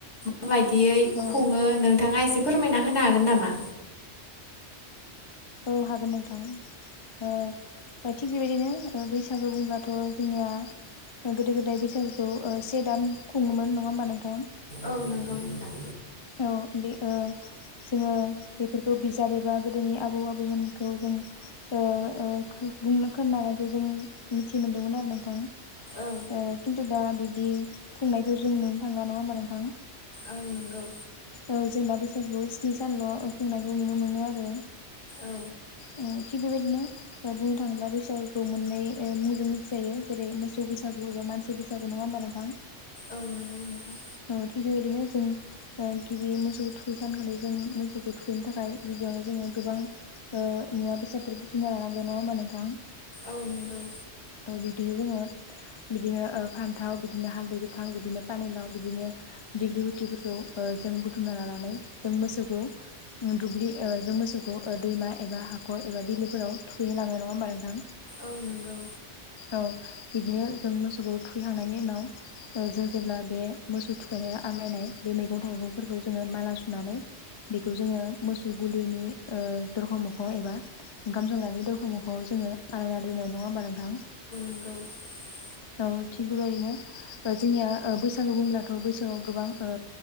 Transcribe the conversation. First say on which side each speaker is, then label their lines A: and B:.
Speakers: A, on the left; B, on the left.
A: माबायदियै
B: औ
A: खुङो नोंथाङा एसे फोरमायना होनो हागोन नामा?
B: औ हागोन नोंथां। ओ थिग बेबायदिनो बैसागु बुंब्लाथ' जोंनिया गोदो गोदाय बैसागुखौ ओ से दान खुङोमोन नङा होमबा नोंथां?
A: औ नंगौ नोंथां।
B: औ बे ओ जोङो बेफोरखौ बिजाब एबा गोदोनि आबौ आबैमोनखौ जों ओ ओ खो बुंनो खोनानायखौ जों मिथि मोनदोंमोन आरो नोंथां।
A: औ
B: ओ खिन्थु दा बिदि खुंनायखौ जों नुनो थांला नङा होमबा नोंथां?
A: औ नंगौ
B: औ जोंना बैसागुआव स्नि सानल' खुंनायखौ नुनो मोनो आरो
A: औ
B: अ थिग बेबायदिनो बुंनो थाङोब्ला बैसागोखौ मोननै ओ मुंजों मिथिजायो जेरै मोसौ बैसागु एबा मानसि बैसागु नङा होमबा नोंथां?
A: औ नंगौ नोंथां।
B: औ थिग बेबायदिनो जों गिबि मोसौखौ थुखै खानखालि जों मोसौखौ थुखैनो थाखाय गि बियावनो जोङो गोबां मुवा बेसादफोर बुथुमना लानांगोन नङा हा नोंथां?
A: औ नंगौ
B: औ बिदिनो जोङो बिदिनो फान्थाव बिदिनो हालदै गोथां बिदिनो पानेलाव बिदिनो दिग्लि गुथिफोरखौ ओ जों बुथुमना लानानै जों मोसौखौ दुब्लि ओ जों मोसौखौ ओ दैमा एबा हाखर एबा बिलोफोराव थुखैलाङो नङा होमबा नोंथां?
A: औ नंगौ।
B: औ बिदिनो जों मोसौखौ थुखैखांनायनि उनाव ओ जों जेब्ला बे मोसौ थुखैनाय नै आग्लायनाय बे मैगं थाइगंफोरखौ जोङो माला सुनानै बेखौ जोङो मोसौ गुलिनि ओ दरखं मोखांआव एबा ओंखाम संग्रानि दरखमखआव जोङो आलायना दोननाय नङा होमबा नोंथां?
A: <unintelligible>
B: औ थिग बेबायदिनो। जोंनिया ओ बैसागु बुब्लाथ' बैसागोआव गोबां ओ